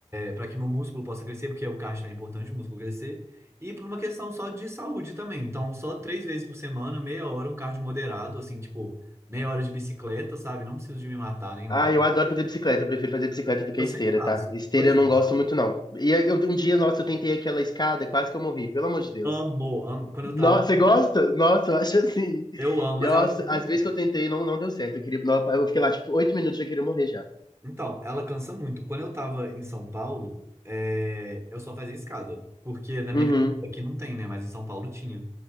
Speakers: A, on the right; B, on the left.
A: para que meu músculo possa crescer, porque o cardio é importante, o músculo crescer, e por uma questão só de saúde também. Então, só três vezes por semana, meia hora, um cardio moderado, assim, tipo, meia hora de bicicleta, sabe? Não preciso de me matar nem
B: Ah,
A: nada.
B: eu adoro fazer bicicleta. Eu prefiro fazer bicicleta do que
A: Eu
B: esteira,
A: sempre faço.
B: tá? Esteira
A: Pois
B: eu
A: é.
B: não gosto muito, não. E aí, eu, um dia, nossa, eu tentei aquela escada, quase que eu morri, pelo amor de Deus.
A: Amo, amo. Quando
B: Nossa,
A: eu tava.
B: você gosta? Nossa, eu acho assim.
A: Eu amo,
B: Nossa,
A: mas ela cansa
B: às
A: muito.
B: vezes que eu tentei, não, não deu certo. Eu queria, não, eu fiquei lá, tipo, oito minutos já queria morrer já.
A: Então, ela cansa muito. Quando eu tava em São Paulo, é, eu só fazia escada. Porque na
B: Uhum.
A: minha casa aqui não tem, né? Mas em São Paulo tinha.